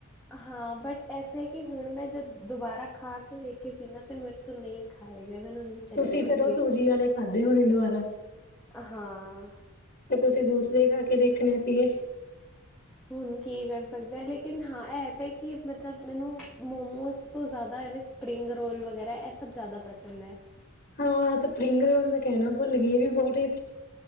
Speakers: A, in the centre; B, on the left.
A: ਹਾਂ ਬਟ ਐਸੇ ਹੈ ਕਿ ਹੁਣ ਜਦ ਮੈਂ ਖਾ ਕੇ ਵੇਖ ਸੀਨਾ ਤੇ ਮਿਰ ਤੂੰ ਨਹੀਂ ਖਾਏ ਗਏ ਮੈਨੂੰ ਨਹੀਂ ਚੰਗੇ
B: ਤੁਸੀਂ
A: ਲੱਗੇ
B: ਫੇਰ ਉਹ ਸੂਜੀ ਵਾਲੇ ਖਾਧੇ ਹੋਣੇ ਦੁਬਾਰਾ
A: ਹਾਂ।
B: ਤੇ ਤੁਸੀਂ ਦੂਸਰੇ ਖਾ ਕੇ ਦੇਖਣੇ ਸੀਗੇ
A: ਹੁਣ ਕੀ ਕਰ ਸਕਦਾ ਲੇਕਿਨ ਹਾਂ ਇਹ ਤਾਂ ਕਿ ਮਤਲਬ ਮੈਨੂੰ ਮੋਮੋਸ ਤੋਂ ਜ਼ਿਆਦਾ ਐਵੇ ਸਪਰਿੰਗ ਰੋਲ ਵਗੈਰਾ ਐ ਸਭ ਜ਼ਿਆਦਾ ਪਸੰਦ ਐ
B: ਹਾਂ, ਸਪਰਿੰਗ ਰੋਲ ਮੈਂ ਕਹਿਣਾ ਭੁੱਲ ਗਈਏ ਇਹਵੀ ਬਹੁਤ ਟੇ